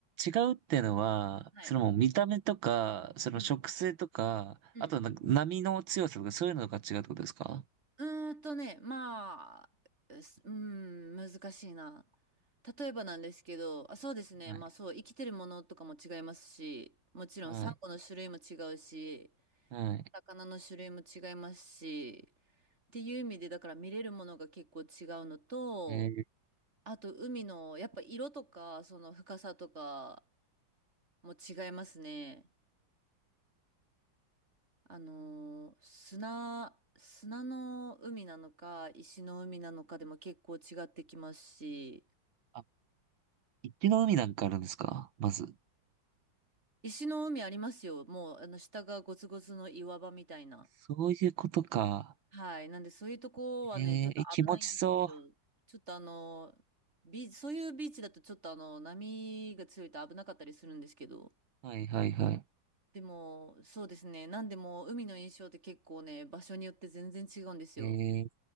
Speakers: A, on the right; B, on the right.
A: 違うっていうのは、
B: はい。
A: そのもう見た目とか、その植生とか、
B: うん。うん
A: あとなんか波の強さとかそういうのが違うってことですか
B: うーんとね、まあ、うすうーん、難しいな。例えばなんですけど、あ、そうですね、
A: はい。
B: まあそう、生きてるものとかも違いますし、もちろんサンゴの種類も違うし、
A: はい。はい。
B: 魚の種類も違いますし、っていう意味で、だから見れるものが結構違うのと、
A: えー、
B: あと海の、やっぱ色とか、その深さとかも違いますね。あのー砂、砂の海なのか、石の海なのかでも結構違ってきますし、
A: あ、一気の海なんかあるんですかまず。
B: 石の海ありますよ。もう、あの、下がゴツゴツの岩場みたいな。
A: そういうことか。
B: はい。なんで、そういうとこはね、
A: えー、
B: ちょっと危ないんですけど、
A: え気持ちそ
B: ちょっとあのー、ビーチ、そういうビーチだとちょっとあの、波が強いと危なかったりするんですけど、
A: う。はいはいはい。
B: でも、そうですね。なんでも、海の印象って結構ね、場所によって全然違うんですよ。
A: えー、